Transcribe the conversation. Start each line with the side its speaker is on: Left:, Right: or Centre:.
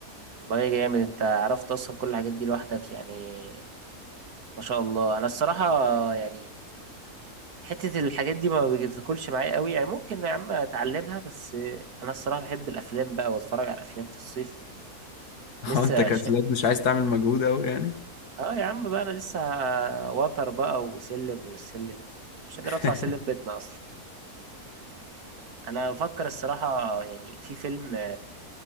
Right: والله جامد انت عرفت اصلا كل الحاجات دي لوحدك يعني ما شاء الله انا الصراحة يعني حتة الحاجات دي ما بتاكلش معايا قوي يعني ممكن يا عم اتعلمها بس انا الصراحة بحب الافلام بقى واتفرج على افلام في الصيف
Left: <laughs> اه
Right: لسه
Left: انت كسلان
Right: ش...
Left: مش عايز تعمل مجهود قوي يعني
Right: اه يا عم بقى انا لسه وتر بقى وسلم والسلم مش قادر
Left: <laughs>
Right: اطلع سلم بيتنا اصلا انا بفكر الصراحة يعني في فيلم